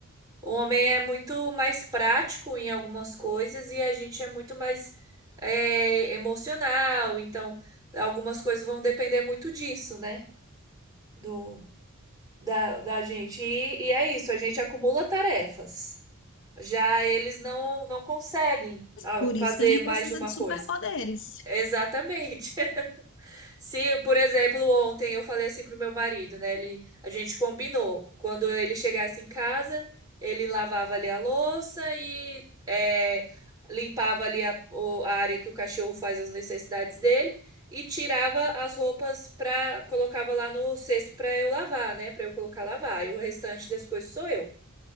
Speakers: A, on the right; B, on the left.
A: O homem é muito mais prático em algumas coisas e a gente é muito mais é, emocional. Então, algumas coisas vão depender muito disso, né? Do, da, da gente. E, e é isso, a gente acumula tarefas. Já eles não, não conseguem ah,
B: Por
A: fazer
B: isso que a gente
A: mais
B: precisa
A: de uma
B: de
A: coisa.
B: superpoderes.
A: Exatamente. Se, por exemplo, ontem eu falei assim pro meu marido, né? Ele, a gente combinou. Quando ele chegasse em casa, ele lavava ali a louça e é, limpava ali a, o- a área que o cachorro faz as necessidades dele e tirava as roupas para colocava lá no cesto para eu lavar, né? Para eu colocar lavar. E o restante das coisas sou eu.